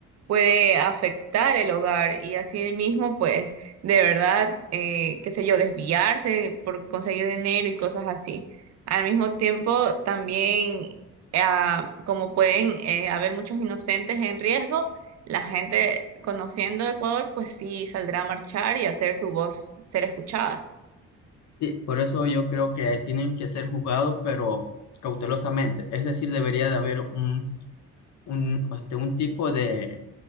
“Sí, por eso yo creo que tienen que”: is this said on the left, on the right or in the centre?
Left